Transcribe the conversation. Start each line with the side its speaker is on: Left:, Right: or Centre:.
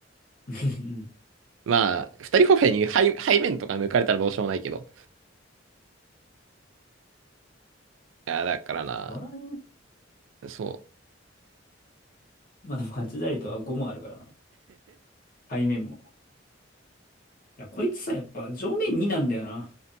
Left: <laughs> うん
Right: まあ、二人歩兵に背、背面とか抜かれたらどうしようもないけど。いや、だからな、
Left: そらね。
Right: そう。
Left: まあでもハチザリとは5もあるからな。背面も。いや、こいつさ、やっぱ上面2なんだよな。